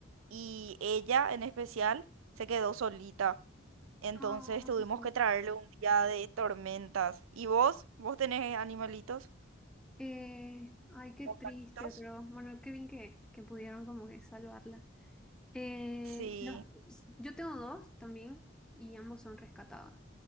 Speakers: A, on the right; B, in the centre.
A: y ella en especial se quedó solita. Entonces
B: ay,
A: tuvimos
B: no.
A: que traerle un día de tormentas. ¿Y vos? ¿Vos tenés animalitos
B: Eh, ay, qué
A: o
B: triste,
A: gatitos?
B: pero bueno, qué bien que, que pudieron como que salvarla. Eh,
A: Sí.
B: los- yo tengo dos también y ambos son rescatados.